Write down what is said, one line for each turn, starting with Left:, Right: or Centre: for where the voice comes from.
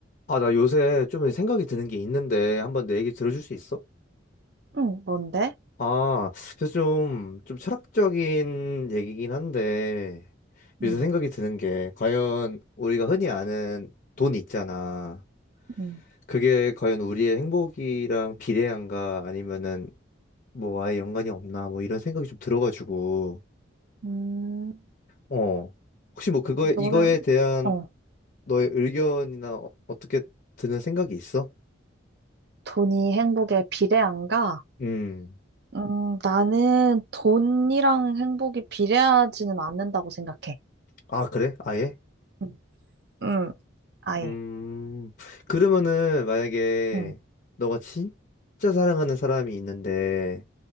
Left: 아, 나 요새 좀 생각이 드는 게 있는데 한번 내 얘기 들어줄 수 있어?
Right: 응, 뭔데?
Left: 아, 그래서 좀, 좀 철학적인 얘기긴 한데 요새
Right: 응,
Left: 생각이 드는 게 과연 우리가 흔히 아는 돈 있잖아.
Right: 응.
Left: 그게 과연 우리의 행복이랑 비례한가 아니면은 뭐 아예 연관이 없나 뭐 이런 생각이 좀 들어가지고
Right: 음,
Left: 어, 혹시 뭐 그거에,
Right: 너는,
Left: 이거에 대한
Right: 어,
Left: 너의 의견이나 어- 어떻게 드는 생각이 있어?
Right: 돈이 행복에 비례한가?
Left: 음,
Right: 음, 나는 돈이랑 행복이 비례하지는 않는다고 생각해.
Left: 아, 그래? 아예?
Right: 응, 응, 아예.
Left: 음, 그러면은 만약에
Right: 응,
Left: 너가 진짜 사랑하는 사람이 있는데